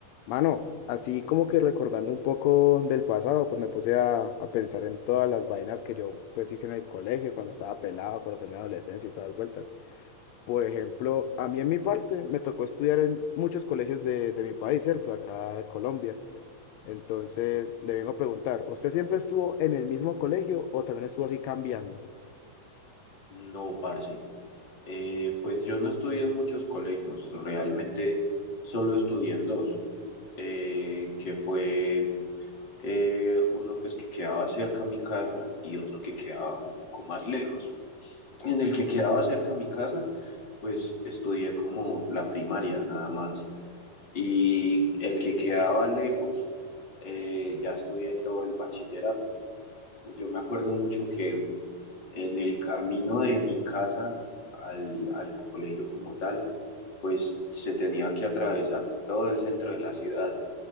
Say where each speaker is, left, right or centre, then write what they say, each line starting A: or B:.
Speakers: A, on the left (about 80°); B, on the left (about 35°).
A: Mano, así como que recordando un poco del pasado, pues me puse a, a pensar en todas las vainas que yo pues hice en el colegio, cuando estaba pelado, cuando fue mi adolescencia y todas las vueltas. Por ejemplo, a mí en mi parte me tocó estudiar en muchos colegios de, de mi país, ¿cierto? Acá de Colombia. Entonces, le vengo a preguntar, ¿usted siempre estuvo en el mismo colegio o también estuvo así cambiando?
B: No, parce. Eh, pues yo no estudié en muchos colegios, realmente solo estudié en dos, eh, que fue eh, uno pues que quedaba cerca a mi casa y otro que quedaba un poco más lejos. En el que quedaba cerca a mi casa, pues estudié como la primaria nada más. Y el que quedaba lejos, eh, ya estudié todo el bachillerato. Yo me acuerdo mucho que... En el camino de mi casa al, al colegio como tal, se tenía que atravesar todo el centro de la ciudad.